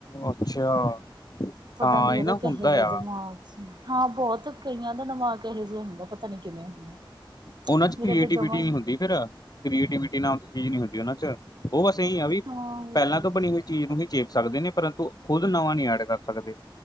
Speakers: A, on the left; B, on the right.
A: ਅੱਛਾ
B: ਪਤਾ
A: ਹਾਂ
B: ਨੀ
A: ਇਹ
B: ਉਹਦਾ,
A: ਨਾ
B: ਕਹੇੇ
A: ਹੁੰਦਾ
B: ਜਯਾ
A: ਆ
B: ਦਿਮਾਗ ਹਾਂ ਬਹੁਤ ਕਈਆਂ ਦਾ ਦਿਮਾਗ ਇਹੋ ਜਿਹਾ ਹੁੰਦਾ, ਪਤਾ ਨੀ ਕਿਵੇਂ ਹੁੰਦਾ
A: ਉਹਨਾਂ ਚ
B: ਮੇਰਾ
A: ਕ੍ਰੀਏਟਵਿਟੀ
B: ਤਾਂ ਜਮਾ ਹੀ
A: ਨਹੀਂ ਹੁੰਦੀ ਫਿਰ, ਕ੍ਰੀਏਟੀਵਿਟੀ ਨਾਲ ਚੀਜ਼ ਨ ਹੁੰਦੀ ਉਹਨਾਂ ਚ ਉਹ ਬਸ ਇਹੀ ਆ, ਵੀ
B: ਹਾਂ ਹੋ
A: ਪਹਿਲਾਂ
B: ਸਕਦਾ
A: ਤੋਂ ਬਣੀ ਹੋਈ ਚੀਜ਼ ਨੂੰ ਹੀ ਚੇਪ ਸਕਦੇ ਨੇ, ਪਰੰਤੂ ਖੁਦ ਨਵਾਂ ਨੀ ਐਡ ਕਰ ਸਕਦੇ।